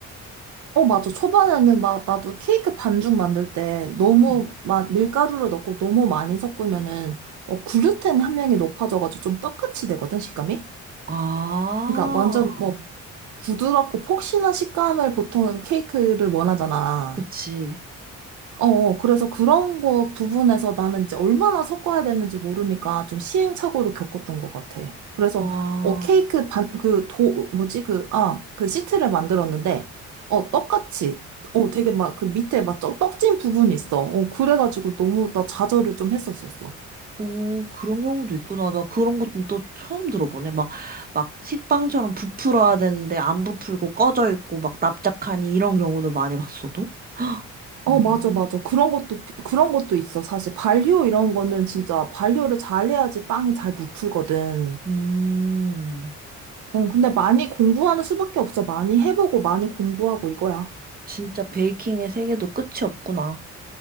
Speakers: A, on the right; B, on the right.
A: 어, 맞아. 초반에는 막 나도 케이크 반죽 만들 때 너무
B: 음.
A: 막 밀가루를 넣고 너무 많이 섞으면은 어, 글루텐 함량이 높아져가지고 좀 떡같이 되거든, 식감이?
B: 아,
A: 그러니까 완전 뭐 부드럽고 폭신한 식감을 보통은 케이크를 원하잖아.
B: 그치.
A: 어, 어, 그래서 그런 거 부분에서 나는 이제 얼마나 섞어야 되는지 모르니까 좀 시행착오를 겪었던 것 같아. 그래서,
B: 아,
A: 어, 케이크 반, 그 도, 뭐지, 그, 아, 그 시트를 만들었는데, 어, 떡같이, 어, 되게 막 그 밑에 막 쩍- 떡진 부분이 있어. 어, 그래가지고 너무 나 좌절을 좀 했었었어.
B: 오, 그런 경우도 있구나. 나 그런 것도 또 처음 들어보네. 막, 막 식빵처럼 부풀어야 되는데 안 부풀고 꺼져 있고 막 납작하니 이런 경우도 많이 봤어도.
A: 어,
B: 음,
A: 맞아, 맞아. 그런 것도, 비- 그런 것도 있어. 사실 발효 이런 거는 진짜 발효를 잘 해야지 빵이 잘 부풀거든.
B: 음,
A: 어, 근데 많이 공부하는 수밖에 없어. 많이 해보고 많이 공부하고 이거야.
B: 진짜 베이킹의 세계도 끝이 없구나.